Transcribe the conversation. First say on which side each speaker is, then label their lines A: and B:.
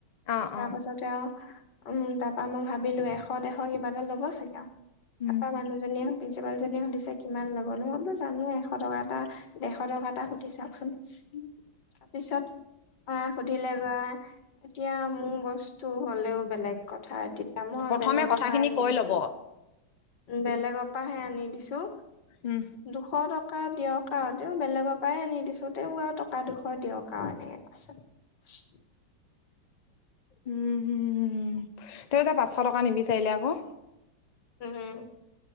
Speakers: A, on the left; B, on the left.
A: অ
B: তাৰ
A: অ
B: পাছতে আৰু উম, তাৰ পৰা মই ভাবিলো, এশ-ডেৰশ কিবা এটা ল'ব চাগে আৰু। তাৰপা
A: উম
B: মানুহজনীও প্ৰিঞ্চিপাল জনীয়ে সুধিছে কিমান ল'ব? মই বোলো জানো এশ টকা এটা ডেৰশ টকা এটা হুধি চাওক সোণ। তাৰপিছত অ', সুধিলে গৈ, এতিয়া মোৰ বস্তু হলেও বেলেগ কথা এতিয়া মই
A: প্ৰথমে
B: বেলেগৰ
A: কথাখিনি
B: পৰা আনি
A: কৈ
B: দিছো।
A: ল'ব
B: বেলেগৰ পৰাহে আনি দিছো
A: উম।
B: দুশ টকা দিয়ক আৰু তেওঁ বেলেগৰ পৰাই আনি দিছো তেওঁ আৰু টকা দুশ দিয়ক আৰু এনেকে <unintelligible>
A: উম, তেওঁ যে পাঁচশ টকা নিবিচাৰিলে আকৌ।
B: উম।